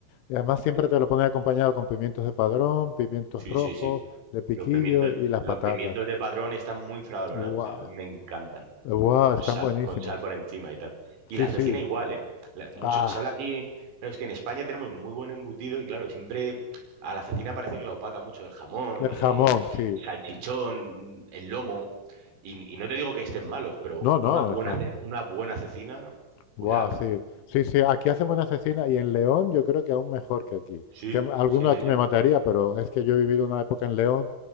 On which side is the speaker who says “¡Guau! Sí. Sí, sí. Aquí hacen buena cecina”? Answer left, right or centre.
Left